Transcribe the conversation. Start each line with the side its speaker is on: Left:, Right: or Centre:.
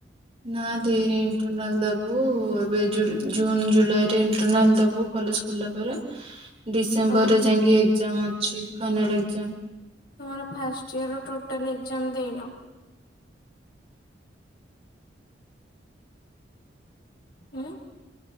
Right: ନାଁ ଦେଇନି ଏଣ୍ଟରନାଲ ଦବୁ ଏବେ ଜୁନ ଜୁଲାଇ ରେ ଇଣ୍ଟରନାଲ ଦବୁ କଲେଜ ଖୋଲୀଲା ପରେ ଡିସେମ୍ବରରେ
Left: ତମ
Right: ଯାଇକି ଏକ୍ଜାମ୍ ଅଛି ଫାଇନାଲ୍ ଏକ୍ଜାମ୍।
Left: ତମର ଫାଷ୍ଟ ଇୟର ଟୋଟାଲ୍ ଏକ୍ଜାମ ଦେଇନ। ହୁଁ।